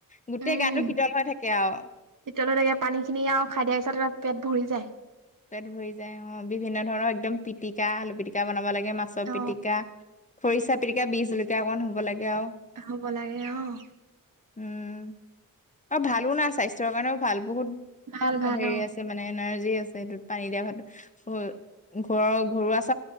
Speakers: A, on the left; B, on the right.
A: গোটেই
B: উম,
A: গাটো শীতল হৈ থাকে আৰু।
B: শীতল হৈ থাকে। পানীখিনি আৰু খাই দিয়াৰ পিছত, পেট ভৰি যায়।
A: পেট ভৰি যায় অ', বিভিন্ন ধৰণৰ একদম পিটিকা, আলু পিটিকা বনাব লাগে মাছৰ
B: অ
A: পিটিকা, খৰিচা পিটিকা, বিহ জলকীয়া অকণ হ'ব লাগে। আৰু
B: হ'ব লাগে, অ'।
A: উম, আৰু ভালো না, স্বাস্থ্যৰ কাৰণেও ভাল, বহুত
B: ভাল ভাল
A: হেৰি
B: অ
A: আছে মানে এনাৰ্জি আছে সেইটোত পানী দিয়া ভাতটোত ঘ ঘৰুৱা চা